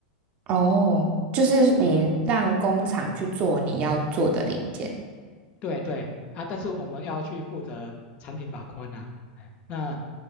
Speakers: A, on the right; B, on the left.
A: 哦，就是你让工厂去做你要做的零件。
B: 对对啊，但是我们要去负责产品把关呐、哎，那